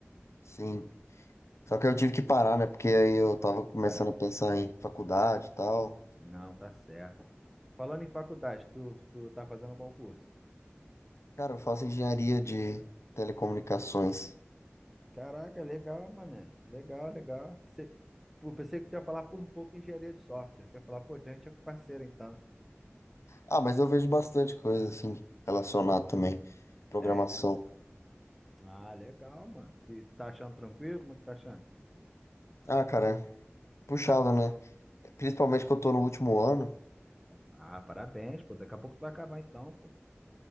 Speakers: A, on the left; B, in the centre.
A: Sim. Só que eu tive que parar, né? Porque aí eu tava começando
B: Ué,
A: a pensar em faculdade e tal.
B: não, tá certo. Falando em faculdade, tu, tu tá fazendo qual curso?
A: Cara, eu faço engenharia de telecomunicações.
B: Caraca, legal, mané. Legal, legal. Você, pô, pensei que tu ia falar por pouco engenharia de software. Quer falar, pô, então a gente é parceiro, então.
A: Ah, mas eu vejo bastante coisa assim relacionada também. Programação.
B: Tem, né? Ah, legal, mano. Tu tá achando tranquilo? Como é que tá achando?
A: Ah, cara, é puxado, né? Principalmente que eu tô no último ano.
B: Ah, parabéns, pô. Daqui a pouco tu vai acabar, então, pô.